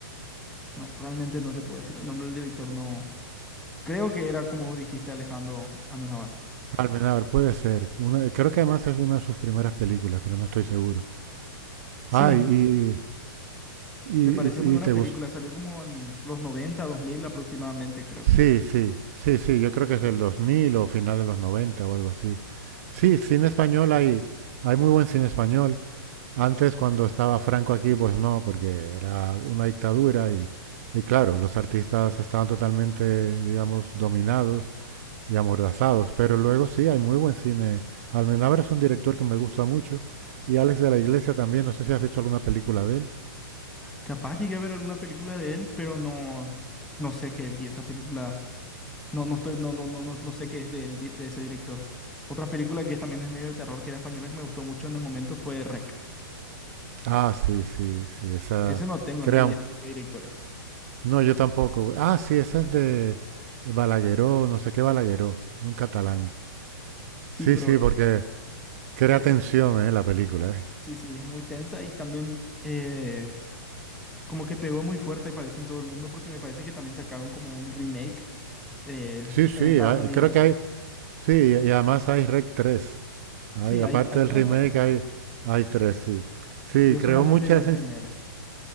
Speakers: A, in the centre; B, on the right.
A: no, realmente no te puedo decir el nombre del director, no, Creo que era como dijiste Alejandro Amenábar.
B: Almenábar, puede ser. Una- creo que además es una de sus primeras películas, pero no estoy seguro.
A: Sí,
B: Ay, y,
A: me pareció
B: y, y-
A: muy buena
B: y- te
A: película.
B: gustó.
A: Salió como en los noventa dos mil aproximadamente, creo
B: Sí,
A: que.
B: sí, sí, sí, yo creo que es el 2000 o final de los 90 o algo así. Sí, cine español hay, hay muy buen cine español. Antes, cuando estaba Franco aquí, pues no, porque era una dictadura y, y claro, los artistas estaban totalmente, digamos, dominados y amordazados. Pero luego sí, hay muy buen cine. Almenabra es un director que me gusta mucho. Y Alex de la Iglesia también, no sé si has visto alguna película de él.
A: Capaz llegué a ver alguna película de él, pero no, no sé qué vi esa película. No, no estoy, no, no, no, no, no sé qué es de él, di- de ese director. Otra película que también es medio de terror, que era española, que me gustó mucho en el momento fue REC.
B: Ah, sí, sí, sí, esa...
A: Ese no tengo
B: Crean,
A: ni idea de qué director es.
B: no, yo tampoco. Ah, sí, esa es de Balagueró, no sé qué Balagueró, un catalán.
A: Sí,
B: Sí,
A: pero
B: sí, porque crea
A: esa,
B: tensión, eh, la película, eh.
A: sí, sí, es muy tensa y también eh, como que pegó muy fuerte, parece, en todo el mundo, porque me parece que también sacaron como un remake eh,
B: Sí, sí,
A: en Estados
B: hay-
A: Unidos.
B: creo que hay... Sí, y además hay Rec tres Hay,
A: Sí,
B: aparte
A: hay, hay
B: del
A: tres
B: remake
A: rec.
B: hay, hay 3 sí. Sí,
A: Yo
B: creó
A: solamente
B: muchas
A: vi el primero.